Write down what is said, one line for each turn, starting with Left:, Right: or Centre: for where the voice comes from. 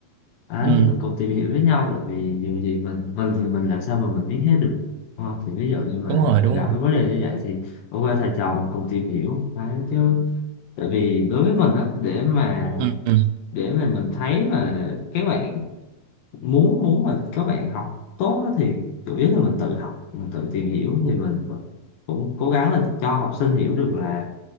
Left: à,
Right: Ừ.
Left: thì mình cùng tìm hiểu với nhau tại vì nhiều gì mình mình thì mình làm sao mà mình biết hết được đúng không? thì ví dụ như mà
Right: đúng rồi
Left: mình
Right: đúng
Left: gặp
Right: rồi
Left: cái vấn đề như vậy thì ok thầy trò mình cùng tìm hiểu Đấy, chứ tại vì đối với mình á để mà
Right: ừ. Ừ.
Left: để mà mình thấy mà các bạn muốn muốn mà các bạn học tốt á thì chủ yếu là mình tự học mình tự tìm hiểu thì mình cũng cố gắng là cho học sinh hiểu được là